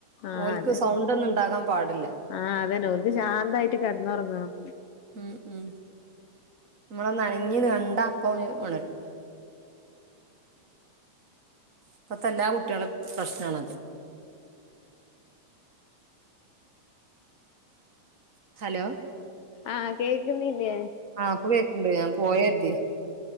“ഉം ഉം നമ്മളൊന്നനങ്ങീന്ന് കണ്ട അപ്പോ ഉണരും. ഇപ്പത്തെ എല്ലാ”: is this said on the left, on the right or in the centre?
Right